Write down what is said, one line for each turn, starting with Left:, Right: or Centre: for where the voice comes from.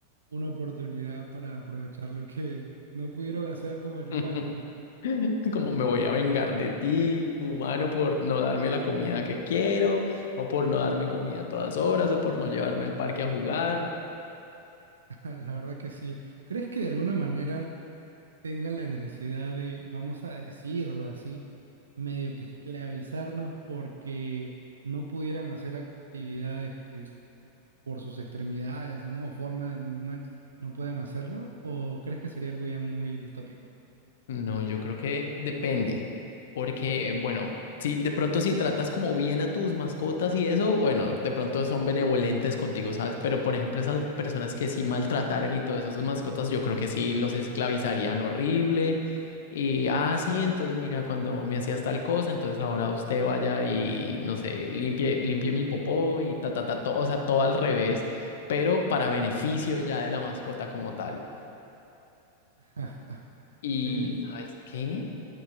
Right: una oportunidad para aprovechar lo que no pudieron hacer como animales,
Left: <laughs>
Right: ¿no?
Left: <laughs> Como me voy a vengar de ti, humano, por no darme la comida que quiero, o por no darme comida a todas horas, o por no llevarme al parque a jugar.
Right: Ah, La verdad que sí. ¿Crees que de alguna manera tengan la necesidad de, vamos a decirlo así, medio que esclavizarnos porque no pudieran hacer actividades que por sus extremidades, ¿no? O forma del animal no puedan hacerlo? ¿O crees que sería algo ya muy distópico?
Left: No, yo creo que depende, porque bueno, si de pronto si tratas como bien a tus mascotas y eso, bueno, de pronto son benevolentes contigo, ¿sabes? Pero por ejemplo, esas personas que sí maltrataran y todas esas mascotas, yo creo que sí los esclavizarían horrible. Y, ah, sí, entonces mira, cuando me hacías tal cosa, entonces ahora usted vaya y, no sé, limpie, limpie mi popó y ta, ta, ta, todo, o sea, todo al revés, pero para beneficio ya de la mascota como tal.
Right: <laughs>
Left: ¿Y
Right: Sí,
Left: sabes qué?